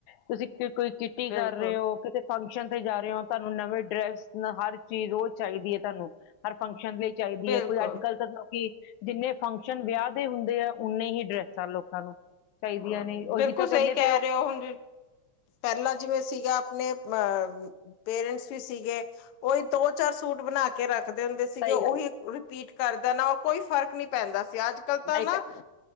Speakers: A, on the left (about 85°); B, on the left (about 70°).
A: ਤੁਸੀਂ ਕੋਈ ਚੀ ਟੀ
B: ਬਿਲਕੁਲ
A: ਕਰ ਰਹੇ ਹੋ, ਕਿਤੇ ਫੰਕਸ਼ਨ ਤੇ ਜਾ ਰਹੇ ਹੋ ਤੁਆਨੂੰ ਨਵੇਂ ਡਰੈਸ ਹਰ ਚੀਜ਼ ਰੋਜ਼ ਚਾਈਦੀ ਐ ਤੁਆਨੂੰ, ਹਰ ਫੰਕਸ਼ਨ ਲਈ ਚਾਈਦੀ
B: ਬਿਲਕੁਲ
A: ਏ, ਕੋਈ ਅੱਜ-ਕੱਲ੍ਹ ਤਾਂ ਲੋਕੀ ਜਿੰਨੇ ਫੰਕਸ਼ਨ ਵਿਆਹ ਦੇ ਹੁੰਦੇ ਆ, ਓਨੇ ਹੀ ਡਰੈਸਾਂ ਲੋਕਾਂ ਨੂੰ ਚਾਈਦੀਆਂ
B: ਹਾਂ
A: ਨੇ-
B: ਬਿਲਕੁਲ
A: ਉਹੀ ਤਾਂ
B: ਸਹੀ
A: ਕਹਿੰਦੇ
B: ਕੇਹ
A: ਫਿਰ ਉਹ
B: ਰਹੇ ਹੋ ਹੁਣ, ਪੈਲਾਂ ਜਿਵੇਂ ਸੀਗਾ ਆਪਣੇ ਅਹ ਪੇਰੈਂਟਸ ਵੀ ਸੀਗੇ, ਓਹੀ ਦੋ-ਚਾਰ ਸੂਟ ਬਣਾ ਕੇ ਕੇ ਰੱਖਦੇ ਹੁੰਦੇ ਸੀਗੇ,
A: ਸਹੀ
B: ਉਹੀ
A: ਗੱਲ
B: ਰਿਪੀਟ ਕਰਦਾ ਨਾ ਔਰ ਕੋਈ ਫਰਕ ਨਈ ਪੈਂਦਾ ਸੀ ਅੱਜ ਅੱਜ-ਕੱਲ
A: ਨਹੀਂ
B: ਤਾਂ ਨਾ
A: ਪੈਂਦਾ